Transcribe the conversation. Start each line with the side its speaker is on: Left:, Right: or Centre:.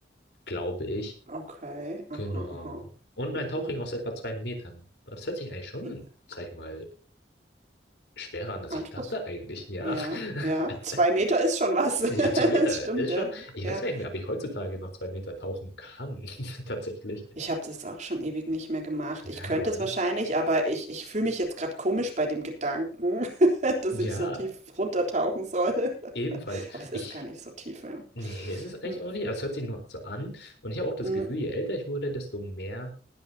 Left: glaube ich.
Right: Okay,
Left: Genau.
Right: aha, aha.
Left: Und ein
Right: Mhm.
Left: Tauchring aus etwa zwei Metern. Das hört sich eigentlich schon,
Right: J
Left: sag ich mal, schwerer an, als
Right: anspruchsvoll.
Left: ich dachte eigentlich. Ja.
Right: Ja,
Left: <laughs>
Right: ja, 2 Meter ist schon was.
Left: Ja, zwei Meter
Right: <laughs> Das stimmt,
Left: ist
Right: ja,
Left: schon. Ich
Right: ja.
Left: weiß gar nicht mehr, ob ich heutzutage noch zwei Meter tauchen kann. <laughs> Tatsächlich.
Right: Ich habe das auch schon ewig nicht mehr gemacht.
Left: Ja,
Right: Ich könnte
Left: oder?
Right: es wahrscheinlich, aber ich ich fühle mich jetzt gerade komisch bei dem Gedanken, <laughs> dass
Left: Ja.
Right: ich so tief runtertauchen soll.
Left: Ebenfalls.
Right: Aber es ist
Left: Ich.
Right: gar nicht so tief, ja.
Left: Nee, ist es eigentlich
Right: Mhm.
Left: auch nicht. Also es hört sich nur so an. Und ich habe auch das
Right: Mhm.
Left: Gefühl, je älter ich wurde, desto mehr